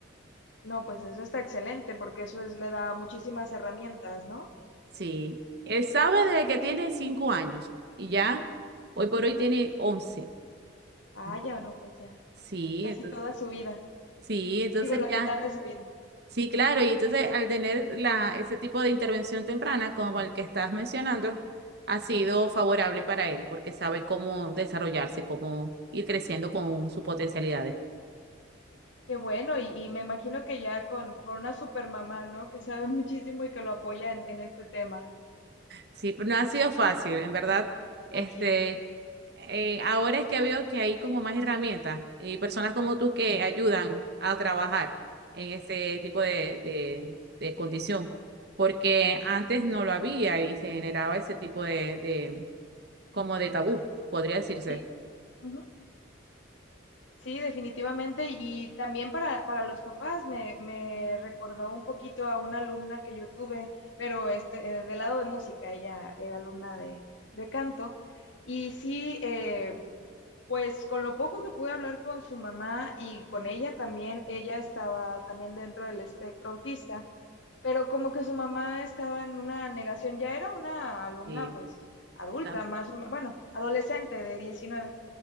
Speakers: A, on the left; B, on the right.
A: No, pues eso está excelente porque eso es, le da muchísimas herramientas, ¿no?
B: Sí, él sabe desde que tiene cinco años y ya hoy por hoy tiene once.
A: Vaya,
B: Ento-
A: no, pues ya,
B: Sí,
A: casi
B: entonces,
A: toda su vida.
B: sí, entonces
A: Digo, la
B: ya,
A: mitad de su vida.
B: sí, claro, y entonces al tener la, ese tipo de intervención temprana como el que estás mencionando, ha sido favorable para él porque sabe cómo desarrollarse, cómo ir creciendo con sus potencialidades.
A: Qué bueno, y, y me imagino que ya con, con una super mamá, ¿no? Que sabe <laughs> muchísimo y que lo apoya en, en este tema,
B: Sí, no ha sido fácil, en verdad.
A: me
B: Este,
A: imagino.
B: eh, ahora es que veo que hay como más herramientas y personas como tú que ayudan a trabajar en ese tipo de, de, de condición, porque antes no lo había y se generaba ese tipo de, de como de tabú, podría decirse.
A: Sí. Ujú. Sí, definitivamente. Y también para, para los papás me, me recordó un poquito a una alumna que yo tuve, pero este, eh, del lado de música, ella era alumna de, de canto. Y sí, eh, Pues con lo poco que pude hablar con su mamá y con ella también, ella estaba también dentro del espectro autista, pero como que su mamá estaba en una negación, ya era una alumna
B: Sí,
A: pues adulta,
B: Ah,
A: más o menos, bueno, adolescente de diecinueve